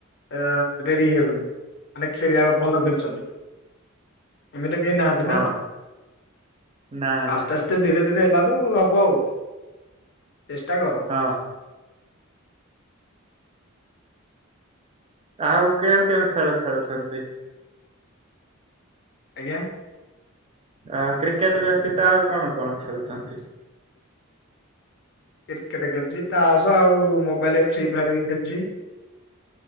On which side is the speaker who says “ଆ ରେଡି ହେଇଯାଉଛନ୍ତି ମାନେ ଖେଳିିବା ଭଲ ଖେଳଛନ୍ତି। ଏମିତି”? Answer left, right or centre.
Left